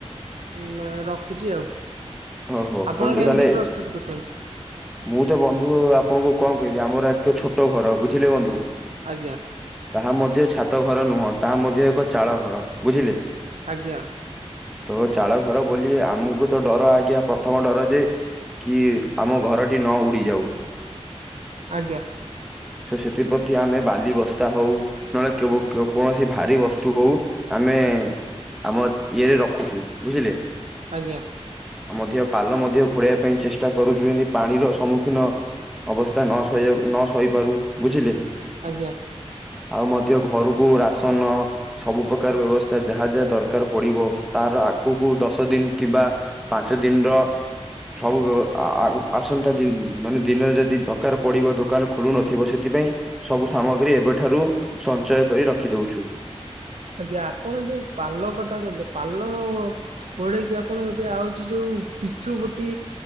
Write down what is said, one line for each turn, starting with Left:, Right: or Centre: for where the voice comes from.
Right: ଉଁ ରଖୁଚି ଆଉ।
Centre: ହଉ ହଉ
Right: ଆପଣ
Centre: ବନ୍ଧୁ
Right: କେମିତି
Centre: ତାହେଲେ
Right: ପ୍ରସ୍ତୁତ କରୁଚନ୍ତି?
Centre: ମୁଁ ତ ବନ୍ଧୁ ଆପଣଙ୍କୁ କଁ କହିବି ଆମର ଏତେ ଛୋଟ ଘର ବୁଝିଲେ ବନ୍ଧୁ?
Right: ଆଜ୍ଞା।
Centre: ତାହା ମଧ୍ୟ ଛାତଘର ନୁହଁ ତାହା ମଧ୍ୟ ଏକ ଚାଳଘର ବୁଝିଲେ।
Right: ଆଜ୍ଞା
Centre: ତ ଚାଳଘର ବୋଲି ଆମକୁ ତ ଡର ଆଜ୍ଞା ପ୍ରଥମ ଡର ଯେ କି ଆମ ଘରଟି ନ ଉଡିଯାଉ।
Right: ଆଜ୍ଞା।
Centre: ତ ସେଥିପ୍ରତି ଆମେ ବାଲି ବସ୍ତା ହଉ ନହେଲେ କେବୁ କୋ କୋଣସି ଭାରି ବସ୍ତୁ ହଉ ଆମେ ଆମ ଇଏରେ ରଖୁଚୁ ବୁଝିଲେ?
Right: ଆଜ୍ଞା।
Centre: ମଧ୍ୟ ପାଲ ମଧ୍ୟ ଘୋଡେଇଆ ପାଇଁ ଚେଷ୍ଟା କରୁଚୁ ଯେନ୍ତି ପାଣିର ସମ୍ମୁଖୀନ ଅବସ୍ତା ନ ସହିଆକୁ ନ ସହିପାରୁ ବୁଝିଲେ?
Right: ଆଜ୍ଞା।
Centre: ଆଉ ମଧ୍ୟ ଘରୁକୁ ରାସନ ସବୁ ପ୍ରକାର ବେବସ୍ତା ଯାହା ଯାହା ଦରକାର ପଡିବ ତାର ଆଗକୁ ଦଶ ଦିନ କିମ୍ବା ପାଞ୍ଚ ଦିନର ସବୁ ବ ଆ ଆ ଉ ଆସନ୍ତା ଦିନ୍ ମାନେ ଦିନରେ ଯଦି ଦରକାର ପଡିବ ଦୋକାନ ଖୋଲୁନଥିବ ସେଥିପାଇଁ ସବୁ ସାମଗ୍ରୀ ଏବେଠାରୁ ସଞ୍ଚୟ କରି ରଖିଦଉଛୁ।
Right: ଆଜ୍ଞା ଆପଣ ଯୋଉ ପାଲ କଥା କହିଥିଲେ ପାଲ ଓଳେଇକି ଆପଣ ଏବେ ଆଉଚି ଯୋଉ ପିଚୁ ଗୋଟି